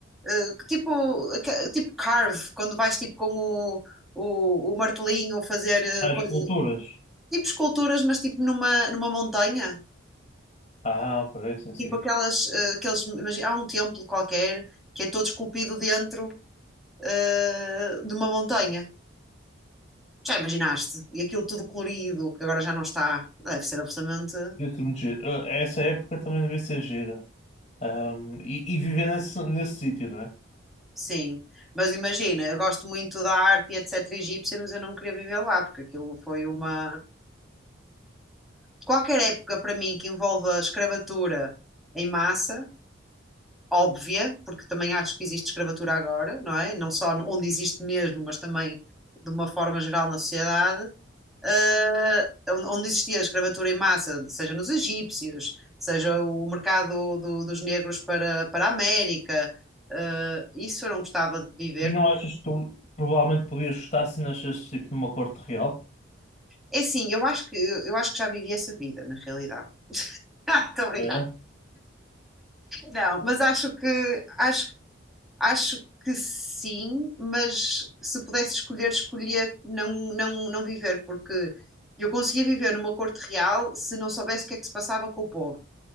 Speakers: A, in the centre; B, on the left.
A: eh, tipo, tipo carve, quando vais tipo com o, o, o martelinho fazer eh, coisa-
B: As culturas.
A: tipo esculturas, mas tipo numa, numa montanha.
B: Ah, parece sim, sim.
A: Tipo aquelas, eh, aqueles, imagina, há um templo qualquer que é todo esculpido dentro, eh, de uma montanha. Já imaginaste? E aquilo tudo colorido, que agora já não está. Deve ser absolutamente,
B: Deve ser muito giro. Ah, Essa época também devia ser gira. Ahm, e, e viver nesse, nesse sítio, não é?
A: sim. Mas imagina, eu gosto muito da arte e etc. egípcia, mas eu não queria viver lá, porque aquilo foi uma. Qualquer época para mim que envolva escravatura em massa, óbvia, porque também acho que existe escravatura agora, não é? Não só onde existe mesmo, mas também de uma forma geral na sociedade, eh, onde existia a escravatura em massa, seja nos egípcios, seja o mercado do- dos negros para, para a América, eh, isso eu não gostava de viver.
B: E não achas que tu provavelmente podias gostar se nascesse tipo numa corte real?
A: É sim, eu acho que eu acho que já vivi essa vida, na realidade. <laughs> Estou a brincar.
B: É?
A: Não, mas acho que acho Acho que sim, mas se pudesse escolher, escolhia não, não, não viver, porque eu conseguia viver numa corte real se não soubesse o que é que se passava com o povo.